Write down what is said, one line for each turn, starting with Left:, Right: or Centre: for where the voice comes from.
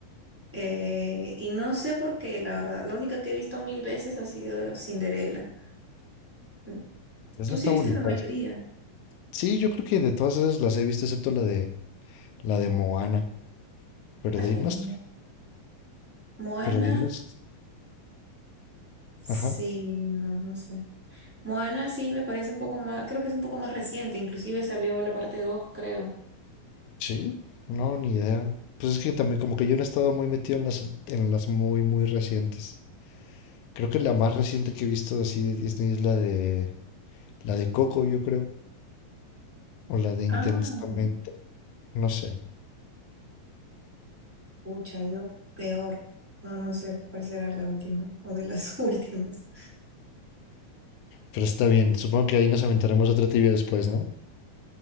Centre: Eh, y no sé por qué, la verdad. La única que he visto mil veces ha sido Cinderella. Mm,
Left: Pues Esa
Centre: ¿Tú
Left: está
Centre: sí
Left: bonita,
Centre: viste la mayoría?
Left: o sea. Sí, yo creo que de todas esas las he visto, excepto la de la de Moana. Pero
Centre: Ah,
Left: de
Centre: Es que
Left: irnos,
Centre: la Mo- Moana.
Left: pero de irnos.
Centre: Sí,
Left: Ajá.
Centre: no, no sé. Moana sí me parece un poco más, creo que es un poco más reciente, inclusive salió la parte dos, creo.
Left: Sí, no, ni idea. Pues es que también como que yo no he estado muy metido en las en las muy, muy recientes. Creo que la más reciente que he visto así de Disney es la de La de Coco, yo creo. O la de Intensamente.
Centre: Ah,
Left: No sé.
Centre: pucha, yo peor. No, no sé cuál será la última o de las <laughs> últimas.
Left: Pero está bien. Supongo que ahí nos aventaremos otra tibia después, ¿no?